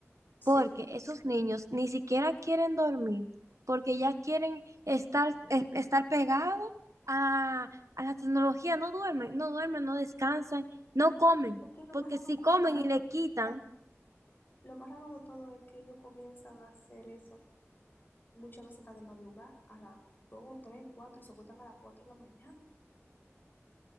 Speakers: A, on the left (about 40°); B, on the right (about 85°).
A: Sí.
B: porque esos niños ni siquiera quieren dormir, porque ya quieren estar, eh, estar pegados a, a la tecnología, no duermen, no duermen, no descansan, no comen,
A: Es lo
B: porque
A: más raro,
B: si comen
A: lo más,
B: y le quitan
A: lo más raro de todo es que ellos comienzan a hacer eso muchas veces hasta de madrugada, a las 2, 3, 4 y se acuestan a las 4 de la mañana.